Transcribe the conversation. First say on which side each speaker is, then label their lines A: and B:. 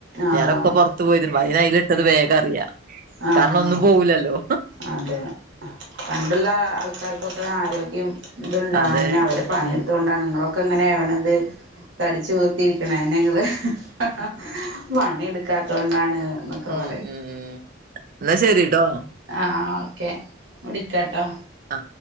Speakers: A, on the right (about 65°); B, on the right (about 45°).
A: ആഹ്
B: ഞാനൊക്കെ പൊ <unintelligible> അയ്‌ന് അതിൽ ഇട്ടത് വേഗം അറിയാം
A: ആഹ്
B: കാരണം ഒന്നും പോവു ല്ലല്ലോ
A: അതെ പണ്ടുള്ള ആൾക്കാർകൊക്കെ ആരോഗ്യം ഇത് ഉണ്ടാവണന്നെ
B: അതെ
A: അവരെ പണിയെടുതൊണ്ടാണ് നിങ്ങളൊക്കെ എങ്ങനെ ആവണത് തടിച്ച് വീർത്തിരിക്കണന്നെ നിങ്ങള് <inaudible> പണി എടുക്കാതോണ്ടാണ് ന്നൊക്കെ
B: ഉം
A: പറിം
B: ഉം എന്നാ ശരിട്ടോ
A: ആഹ് ഹ ഓക്കെ വിളിക്കാട്ടോ
B: ആ